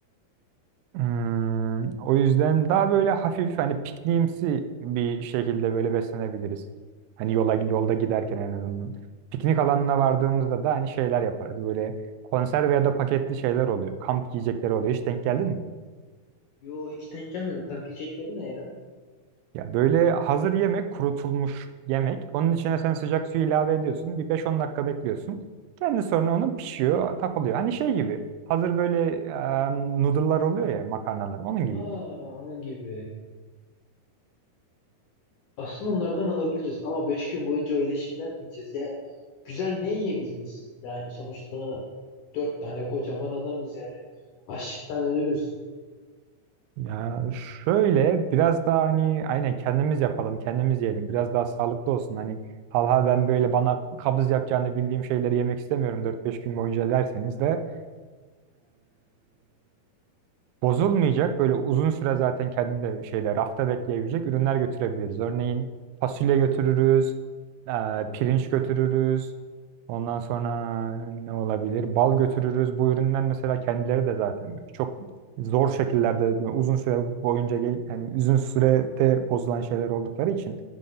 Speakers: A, on the right; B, on the left.
A: Hmm, o yüzden daha böyle hafif hani pikniğimsi bir şekilde böyle beslenebiliriz. Hani yola yolda giderken en azından. Piknik alanına vardığımızda da hani şeyler yaparız. Böyle konserve ya da paketli şeyler oluyor. Kamp yiyecekleri oluyor. Hiç denk geldin mi?
B: Yo hiç denk gelmedim. Kamp yiyecekleri ne ya?
A: Ya böyle hazır yemek, kurutulmuş yemek. Onun içine sen sıcak suyu ilave ediyorsun. Bir 5-10 dakika bekliyorsun. Kendi sonra onun pişiyor, takılıyor. Hani şey gibi. Hazır böyle e, noodle'lar oluyor ya, makarnalar. Onun gibi.
B: Aa onun gibi. Aslında onlardan alabiliriz ama 5 gün boyunca öyle şeyler mi yiyeceğiz ya? Güzel ne yiyebiliriz? Yani sonuçta 4 tane kocaman adamız yani. Açlıktan ölürüz.
A: Ya şöyle biraz daha hani aynen kendimiz yapalım, kendimiz yiyelim. Biraz daha sağlıklı olsun. Hani halha ben böyle bana kabız yapacağını bildiğim şeyleri yemek istemiyorum dört beş gün boyunca derseniz de bozulmayacak böyle uzun süre zaten kendi de şeyde rafta bekleyebilecek ürünler götürebiliriz. Örneğin fasulye götürürüz, e, pirinç götürürüz. Ondan sonra ne olabilir? Bal götürürüz. Bu ürünler mesela kendileri de zaten çok zor şekillerde uzun süre boyunca ge- yani uzun sürede bozulan şeyler oldukları için